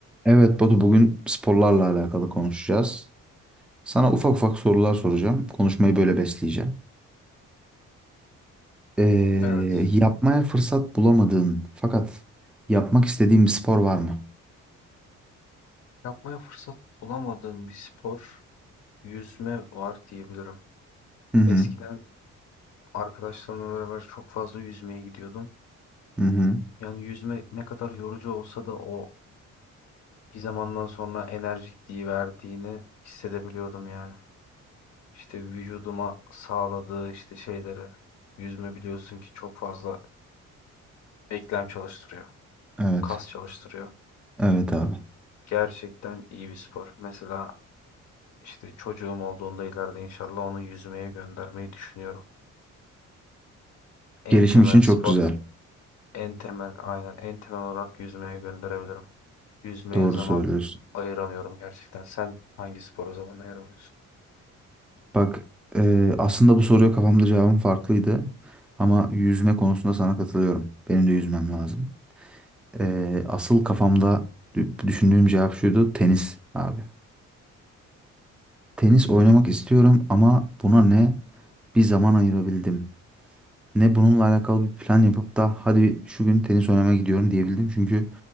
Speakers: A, in the centre; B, on the left.
A: Evet Batu bugün sporlarla alakalı konuşacağız. Sana ufak ufak sorular soracağım. Konuşmayı böyle besleyeceğim. Ee,
B: Evet.
A: yapmaya fırsat bulamadığın fakat yapmak istediğin bir spor var mı?
B: Yapmaya fırsat bulamadığım bir spor yüzme var diyebilirim.
A: Hı hı.
B: Eskiden arkadaşlarımla beraber çok fazla yüzmeye gidiyordum.
A: Hı hı.
B: Yani yüzme ne kadar yorucu olsa da o bir zamandan sonra enerjikliği verdiğini hissedebiliyordum yani. İşte vücuduma sağladığı işte şeyleri. Yüzme biliyorsun ki çok fazla eklem çalıştırıyor.
A: Evet.
B: Kas çalıştırıyor.
A: Evet abi.
B: Gerçekten iyi bir spor. Mesela işte çocuğum olduğunda ileride inşallah onu yüzmeye göndermeyi düşünüyorum.
A: Gelişim
B: En temel
A: için çok
B: spor.
A: güzel.
B: En temel aynen en temel olarak yüzmeye gönderebilirim. Yüzmeye
A: Doğru
B: zaman
A: söylüyorsun.
B: ayıramıyorum gerçekten. Sen hangi spora zaman ayıramıyorsun?
A: Bak e, aslında bu soruya kafamda cevabım farklıydı. Ama yüzme konusunda sana katılıyorum. Benim de yüzmem lazım. Ee, asıl kafamda dü- düşündüğüm cevap şuydu tenis abi. Tenis oynamak istiyorum ama buna ne bir zaman ayırabildim. Ne bununla alakalı bir plan yapıp da hadi şu gün tenis oynamaya gidiyorum diyebildim. Çünkü